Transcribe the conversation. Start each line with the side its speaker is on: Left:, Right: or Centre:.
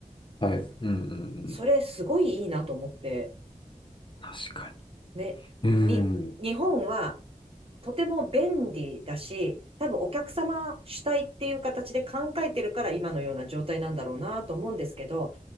Left: はい。うんうんう
Right: それすごいいいなと思って、
Left: ん。確か
Right: ね、
Left: に。うー
Right: に、
Left: ん。
Right: 日本はとても便利だし、多分お客様主体っていう形で考えてるから今のような状態なんだろうなと思うんですけど、